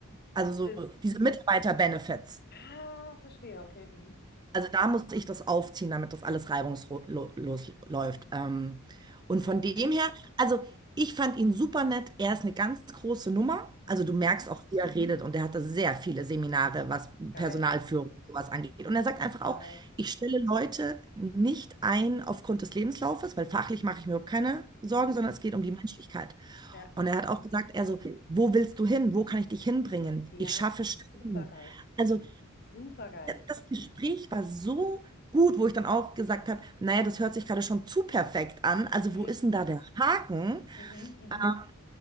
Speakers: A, on the right; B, on the left.
A: Also
B: Ist es.
A: so diese Mitarbeiter-Benefits.
B: Ah, verstehe. Okay. Mhm.
A: Also da muss ich das aufziehen, damit das alles reibungslos läuft. Ähm, und
B: Okay.
A: von dem her, also ich fand ihn super nett. Er ist eine ganz große Nummer.
B: Mhm,
A: Also du merkst
B: mhm.
A: auch, wie er redet und er hatte sehr viele Seminare, was
B: Geil,
A: Personalführung und sowas angeht. Und er sagt einfach
B: geil.
A: auch, ich stelle Leute nicht ein aufgrund des Lebenslaufes, weil fachlich mache ich mir überhaupt keine Sorgen,
B: Ja,
A: sondern es geht um die Menschlichkeit.
B: ja.
A: Und er hat auch gesagt, er so, wo willst du hin? Wo kann ich dich hinbringen?
B: Ja,
A: Ich schaffe
B: super
A: Stellen.
B: supergeil.
A: Also
B: Supergeil.
A: das Gespräch war so gut, wo ich dann auch gesagt habe, naja, das hört sich gerade schon zu perfekt an. Also
B: Mhm,
A: wo ist denn da der Haken?
B: mhm. mhm.
A: Ähm,